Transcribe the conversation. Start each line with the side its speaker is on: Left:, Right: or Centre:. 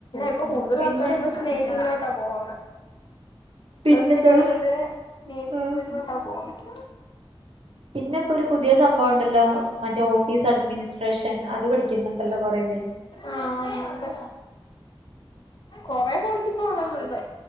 Left: ഇപ്പ കൂടുത
Right: പിന്നെ
Left: ആൾക്കാരും സ്നേശങ്ങളോട്ട പോന്ന
Right: പിന്നെന്താ
Left: പ്ലസ് ടു കഴിയുമ്പഴേ നേഴ്സിംഗ
Right: ആഹ്
Left: ഫിൽഡിലോട്ട പോന്നെ <inaudible>
Right: പിന്നെ ഇപ്പോ ഒരു പുതിയ സംഭവം ഉണ്ടല്ലോ മറ്റേ ഓഫീസ് അഡ്മിനിസ്ട്രേഷൻ ൻ അത് പഠിക്കുന്നുണ്ടല്ലോ കൊറെ പേര്
Left: ആഹ് ഉണ്ട് കൊറെ കോഴ്സ് ഇപ്പ ആവുനുണ്ട്